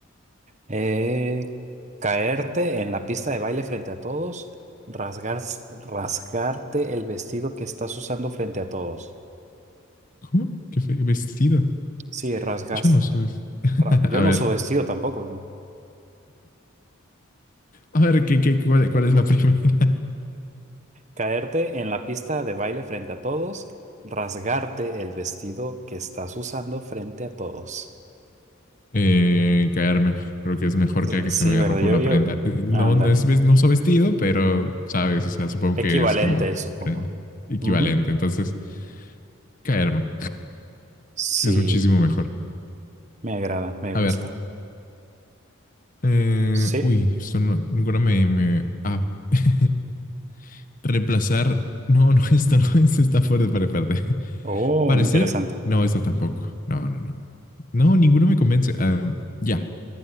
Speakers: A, on the right; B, on the left.
A: Eh, caerte en la pista de baile frente a todos, rasgar, rasgarte el vestido que estás usando frente a todos.
B: ¿Cómo? ¿Qué fe- vestido?
A: Sí, rasgas.
B: Yo no soy... <laughs>
A: ra- yo
B: A ver,
A: no uso vestido tampoco.
B: a ver, ¿qué, qué, cuál, cuál es la primera? <laughs>
A: Caerte en la pista de baile frente a todos, rasgarte el vestido que estás usando frente a todos.
B: Eh, caerme. Creo que es mejor
A: Sí,
B: que que
A: sí,
B: se me
A: ¿verdad?
B: rompa
A: Yo,
B: una
A: yo,
B: prenda. Eh, No,
A: ándale.
B: no es, ves- no uso vestido, pero sabes, o sea, supongo
A: Equivalente,
B: que es como
A: supongo.
B: prenda equivalente.
A: Ujú.
B: Entonces, caerme.
A: Sí,
B: Es muchísimo mejor.
A: me agrada, me
B: A
A: gusta.
B: ver. eh,
A: Sí.
B: uy, esto no, ninguna me, me- Ah. <laughs> Reemplazar. No, no, <laughs> esto no, esto está fuerte para parte.
A: Oh,
B: Parecer.
A: interesante.
B: No, esto tampoco. No, no, no. No, ninguno me convence. Ah, ya.